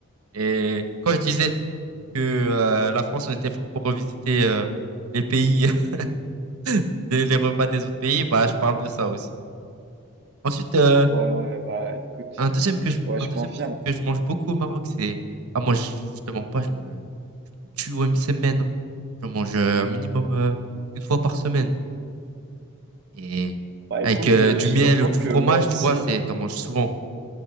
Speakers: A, on the right; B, on the right.
A: Et quand je disais que euh, la France, on était fort pour revisiter euh, les pays, <laughs> les, les repas des autres pays, bah, je parle de ça aussi. Ensuite, euh,
B: Ouais, ouais, bah, écoute.
A: un deuxième que je,
B: Ouais,
A: un
B: je
A: deuxième
B: confirme.
A: truc que je mange beaucoup au Maroc, c'est... Ah, moi, je, je te mens pas, je me... tue une semaine. hein. J'en mange euh, un minimum euh, une fois par semaine. Et
B: Bah,
A: avec
B: écoute,
A: euh,
B: euh,
A: du
B: figure-toi
A: miel ou du
B: que
A: fromage,
B: moi aussi,
A: tu vois, c'est, t'en manges souvent.